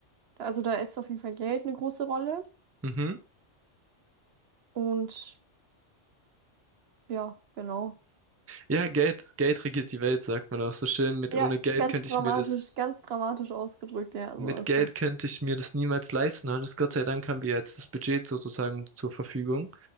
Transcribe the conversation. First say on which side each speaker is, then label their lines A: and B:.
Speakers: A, on the right; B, on the right.
A: also da ist auf jeden Fall Geld eine große Rolle.
B: Mhm.
A: Und ja, genau.
B: Ja, Geld, Geld regiert die Welt, sagt man auch so schön. Mit,
A: Ja,
B: ohne Geld
A: ganz
B: könnte
A: dramatisch,
B: ich mir das,
A: ganz dramatisch ausgedrückt, ja,
B: mit
A: so ist
B: Geld
A: das.
B: könnte ich mir das niemals leisten. Und Gott sei Dank haben wir jetzt das Budget sozusagen zur Verfügung.